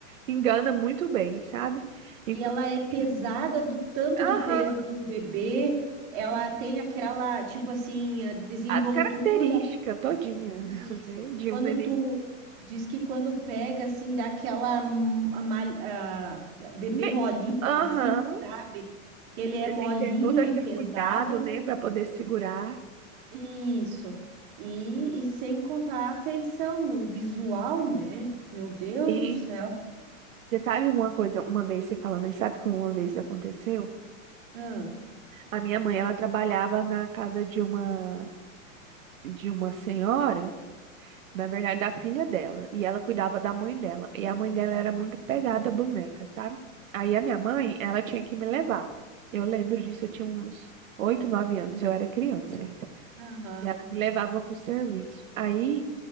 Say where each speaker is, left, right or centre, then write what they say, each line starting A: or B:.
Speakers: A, on the right (about 75°); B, on the right (about 30°).
A: Engana muito bem, sabe? Inclusive,
B: e ela é pesada do tanto
A: aham,
B: do peso de um bebê, ela
A: sim.
B: tem aquela, tipo assim, a desenvoltura
A: as características todinha, <laughs>
B: Isso.
A: né? De
B: Quando
A: um neném.
B: tu diz que quando pega, assim, dá aquela hum, a mal- a- bebê
A: Bem,
B: molinho,
A: aham,
B: assim, sabe? Que ele é
A: você
B: molinho
A: tem que ter todo aquele
B: e pesado.
A: cuidado, né? Pra poder segurar.
B: Isso. E, e sem contar a afeição o visual, né? Meu Deus
A: E
B: do céu.
A: você sabe uma coisa, uma vez você falando, e sabe que uma vez aconteceu?
B: Ah,
A: A minha mãe, ela trabalhava na casa de uma de uma senhora, na verdade, da filha dela, e ela cuidava da mãe dela. E a mãe dela era muito pegada à boneca, sabe? Aí a minha mãe, ela tinha que me levar. Eu lembro disso, eu tinha uns oito, nove anos, eu era criança ainda.
B: Aham.
A: E ela me levava pro serviço. Aí